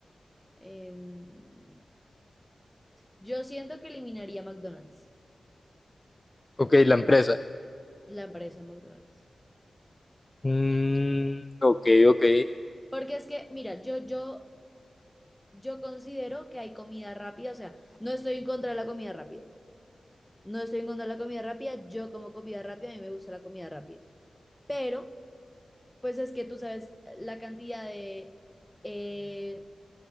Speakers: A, in the centre; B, on the left.
A: Em, yo siento que eliminaría McDonald's,
B: Ok, la empresa.
A: la empresa McDonald's.
B: Mm, ok, ok,
A: Porque es que, mira, yo, yo, yo considero que hay comida rápida, o sea, no estoy en contra de la comida rápida. No estoy en contra de la comida rápida, yo como comida rápida, a mí me gusta la comida rápida. Pero, pues es que tú sabes la cantidad de, eh,